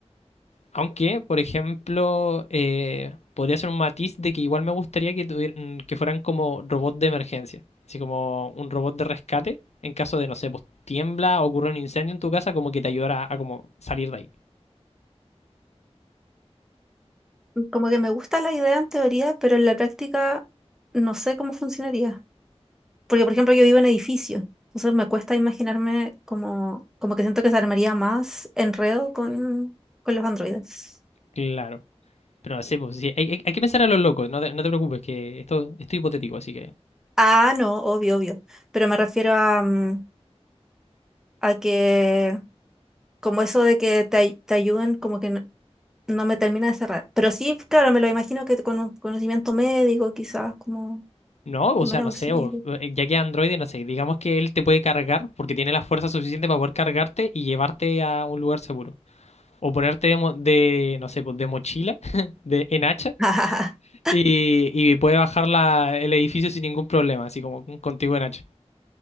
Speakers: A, on the left (about 75°); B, in the centre.
A: Aunque, por ejemplo, eh, podría ser un matiz de que igual me gustaría que, tuvieran, que fueran como robots de emergencia, así como un robot de rescate en caso de, no sé, pues tiembla o ocurre un incendio en tu casa, como que te ayudara a, a como salir de ahí.
B: Como que me gusta la idea en teoría, pero en la práctica no sé cómo funcionaría. Porque, por ejemplo, yo vivo en edificio, entonces me cuesta imaginarme como, como que siento que se armaría más enredo con, con los androides.
A: Claro. Pero no sé, pues, sí, hay, hay- hay que pensar a los locos, no te, no te preocupes, que esto, esto es hipotético, así que...
B: Ah, no, obvio, obvio. Pero me refiero a, mm, a que, como eso de que te, ay- te ayuden, como que no, no me termina de cerrar. Pero sí, claro, me lo imagino que con un conocimiento médico, quizás como
A: No, o
B: primer
A: sea,
B: auxilio.
A: no sé, vos, eh, ya que Android, no sé, digamos que él te puede cargar porque tiene la fuerza suficiente para poder cargarte y llevarte a un lugar seguro. O ponerte de, mo- de, no sé, pues de mochila, <laughs> de, en hacha,
B: <laughs>
A: y, y puede bajar la- el edificio sin ningún problema, así como contigo en hacha.